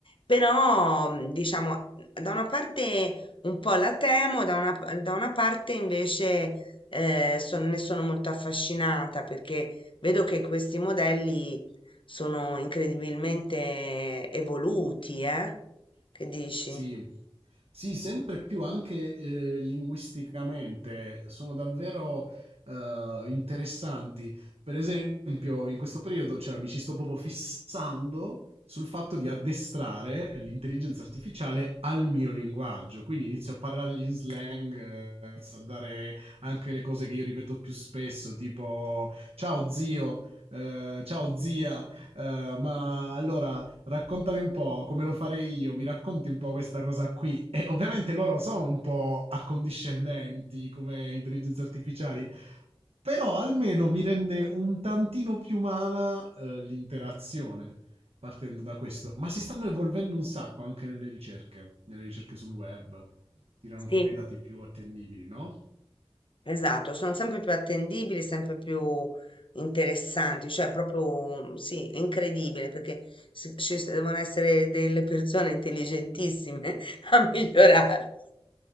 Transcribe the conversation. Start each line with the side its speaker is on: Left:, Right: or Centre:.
Left: però mm, diciamo, da una parte un po' la temo, da una, da una parte invece eh, son- ne sono molto affascinata perché Vedo che questi modelli sono incredibilmente evoluti, eh? Che dici?
Right: Sì, sì, sempre più anche eh, linguisticamente sono davvero eh, interessanti. Per esempio, in questo periodo cioè, mi ci sto proprio fissando sul fatto di addestrare l'intelligenza artificiale al mio linguaggio. Quindi inizio a parlargli in slang, eh, inizio a dare anche le cose che io ripeto più spesso, tipo ciao zio, eh, ciao zia, eh, ma allora raccontami un po' come lo farei io, mi racconti un po' questa cosa qui. E ovviamente loro sono un po' accondiscendenti come intelligenze artificiali, però almeno mi rende un tantino più umana eh, l'interazione partendo da questo. Ma si stanno evolvendo un sacco anche nelle ricerche, nelle ricerche sul web. Tirano
Left: Sì,
Right: fuori i dati più attendibili, no?
Left: esatto, sono sempre più attendibili, sempre più interessanti, cioè proprio sì, è incredibile perché si- ci s- devono essere delle persone intelligentissime <laughs> a migliorare.